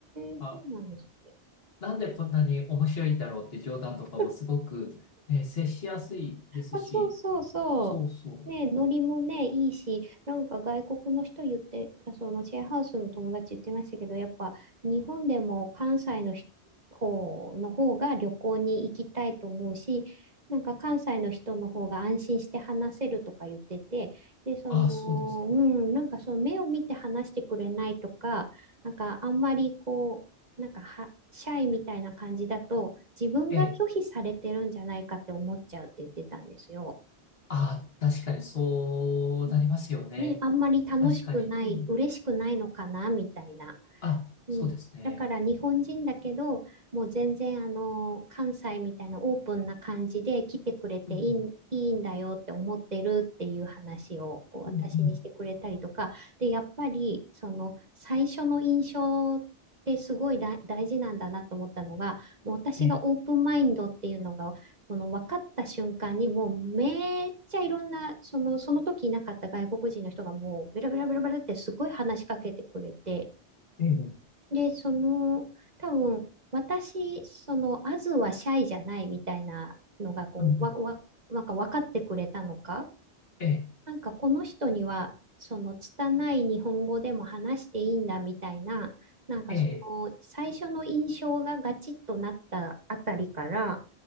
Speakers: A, on the right; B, on the left.
A: えそうなんですね。
B: あ、なんでこんなに面白いんだろうって冗談とかもすごく、
A: <laughs>
B: ね、接しやすいですし、
A: あ、そうそうそう。
B: そうそう。
A: ね、ノリもね、いいし、なんか外国の人言って、あそのシェアハウスの友達言ってましたけど、やっぱ日本でも関西の人方の方が旅行に行きたいと思うし、なんか関西の人の方が安心して話せるとか言ってて、で、その、
B: あ、そうですか。
A: うん、なんかその目を見て話してくれないとか、なんかあんまりこう、なんかは、シャイみたいな感じだと、自分が拒否されてるんじゃないかって思っちゃうって言ってたんですよ。
B: ええ。あ、確かにそうなりますよね。
A: うんね、あんまり楽しくない、
B: 確かに。うん。
A: 嬉しくないのかなみたいな。
B: あ、
A: うん、
B: そうですね。
A: だから日本人だけど、もう全然あの関西みたいなオープンな感じで来てくれていい、
B: うんうん
A: いいんだよって思ってるっていう話をこう私にしてくれたりとか、
B: うんうん。
A: で、やっぱりその最初の印象ってすごい大大事なんだなと思ったのが、もう私がオープンマインドっていうのがこの分かった瞬間にもうめっちゃいろんなその、
B: ええ、
A: その時いなかった外国人の人がもうベラベラベラベラってすごい話しかけてくれて。
B: ええ
A: で、その、多分、私、その、アズはシャイじゃないみたいなのが、こう、
B: うん、
A: わ、わ、なんか分かってくれたのか、
B: ええ、
A: なんかこの人には、その、拙い日本語でも話していいんだみたいな、なんかその、
B: ええ、
A: 最初の印象がガチッとなったあたりから、